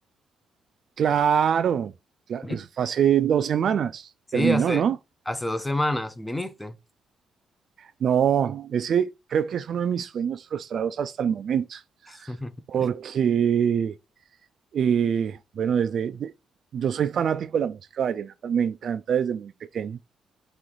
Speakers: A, on the right; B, on the left.
A: claro. cla-
B: Vi-
A: eso fue hace dos semanas.
B: Sí,
A: Terminó,
B: Mm. hace,
A: ¿no?
B: hace dos semanas viniste.
A: No, ese creo que es uno de mis sueños frustrados hasta el momento,
B: <laughs>
A: porque Eh, bueno, desde, de- yo soy fanático de la música vallenata, me encanta desde muy pequeño